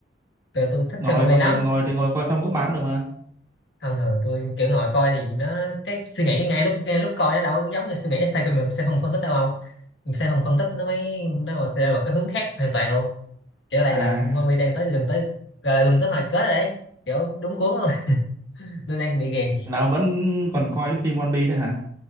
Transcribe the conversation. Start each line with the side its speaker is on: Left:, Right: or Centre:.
Left: tôi tôi thích
Right: Ngồi
Left: xem One
Right: xong
Left: Way lắm
Right: rồi ngồi thì ngồi coi xong cũng bán được mà.
Left: thông thường tôi kiểu ngồi coi thì nó cái suy nghĩ ngay lúc ngay lúc coi nó đâu có giống như suy nghĩ theo cái mình sẽ không phân tích đâu không mình sẽ không phân tích nó mới nó mà sẽ là một cái hướng khác hoàn toàn luôn kiểu ở đây
Right: À,
Left: là Moby đang tới gần tới gọi là gần tới hồi kết rồi đấy kiểu đúng cuốn luôn <laughs> tôi đang bị ghiền
Right: là ông vẫn còn coi cái phim One Piece đấy hả?